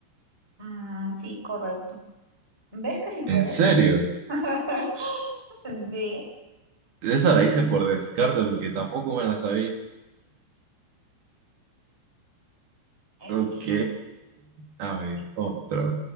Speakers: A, in the centre; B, on the right.
A: Ah, sí, correcto. ¿Ves que sí puedes?
B: ¿En serio?
A: <laughs> Sí.
B: Esa la hice por descarte porque tampoco me la sabía.
A: Aquí.
B: Ok, a ver, otra.